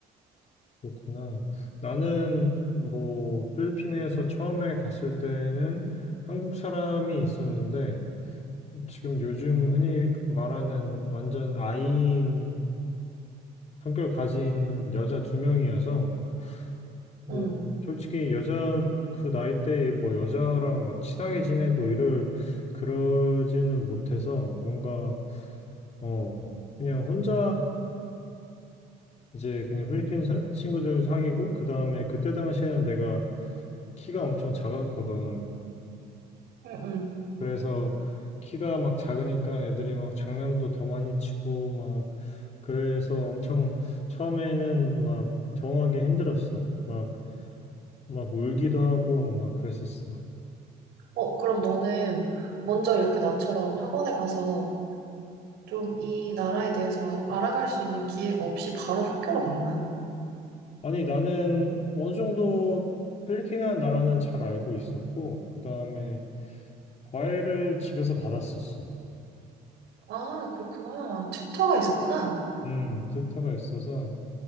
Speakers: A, on the left (about 40°); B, on the right (about 80°).
A: 그렇구나. 나는 뭐 필리핀에서 처음에 갔을 때는 한국 사람이 있었는데 지금 요즘 흔히 말하는 완전 아이인 성격 가진 여자 두 명이어서 뭐
B: 응,
A: 솔직히 여자 그 나이 때에 뭐 여자랑 막 친하게 지내고 이럴 그러지는 못해서 뭔가 어 그냥 혼자 이제 그냥 필리핀 사- 친구들 사귀고 그 다음에 그때 당시에는 내가 키가 엄청 작았거든.
B: 응, 응.
A: 그래서 키가 막 작으니까 애들이 막 장난도 더 많이 치고 막 그래서 엄청 처음에는 막 정하기 힘들었어. 막 막 울기도 하고 막 그랬었어.
B: 어, 그럼 너는 먼저 이렇게 나처럼 학원에 가서 좀 이 나라에 대해서 알아갈 수 있는 기회가 없이 바로 학교로 간 거야?
A: 아니 나는 어느 정도 필리핀이라는 나라는 잘 알고 있었고 그다음에 과외를 집에서 받았었어.
B: 아, 그렇구나. 튜터가 있었구나.
A: 음, 듣다가 있어서